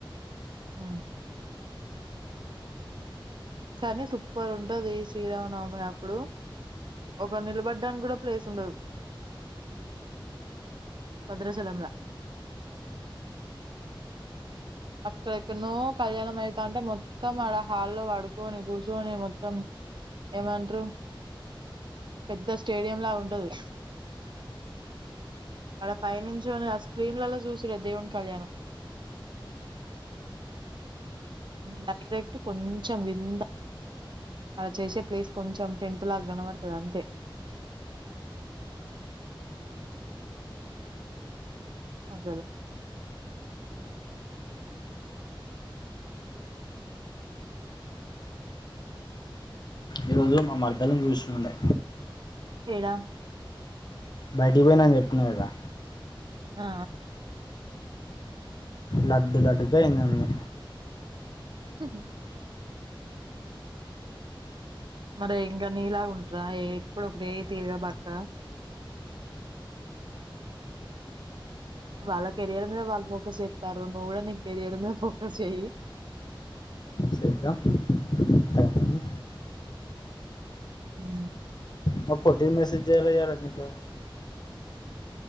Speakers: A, on the right; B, on the left.
A: ఆ కానీ సూపర్ ఉంటది శ్రీరామనమి అప్పుడు ఒక నిలబడి నికి కూడా ప్లేస్ ఉండదు భద్రాచలంలో అక్కడ ఎక్కన్నో కళ్యాణం అయితా ఉంటే మొత్తం ఆడ హాల్లో పడుకొని కూర్చని మొత్తం ఏమంటారు పెద్ద స్టేడియంలా ఉంటది ఆడ పైనించోని ఆ స్క్రీన్లలో చూసిరే దేవుని కళ్యాణం, డైరెక్ట్ కొంచెం కింద అడ చేసే ప్లేస్ కొంచెం టెంట్లా గనపడుతది అంతే అసలు
B: ఈరోజు మా మరద్దలను చూస్తుండే
A: ఏడా
B: బయటకి పోయినాని చెప్తున్నా కదా
A: ఆ
B: లడ్డు లడ్డుక అయిందంది
A: హ మరి ఇంకా నీలాగా ఉంటరా ఎప్పుడూ ఒకటె తీరుగా బతక వాళ్ళ కెరీయర్ మీద వాళ్ళు ఫోకస్ చెస్తారు నువ్వు కూడా నీ కెరీయర్ మీద ఫోకస్ చెయ్యి
B: చేద్దాం టైం ఉంది
A: అ
B: మా పొట్టిది మెసేజ్ చేయలా ఈయాల ఎందుకో